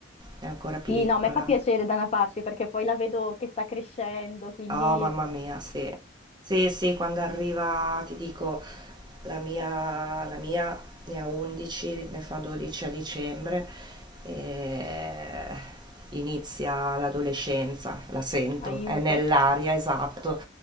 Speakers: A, on the right; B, on the left.
A: è ancora piccola.
B: Sì, no, a me fa piacere da una parte perché poi la vedo che sta crescendo, quindi
A: Oh, mamma mia, sì. Sì, sì, quando arriva, ti dico, la mia, la mia ne ha 11, ne fa 12 a dicembre, e inizia l'adolescenza, la sento,
B: aiuto.
A: è nell'aria, esatto.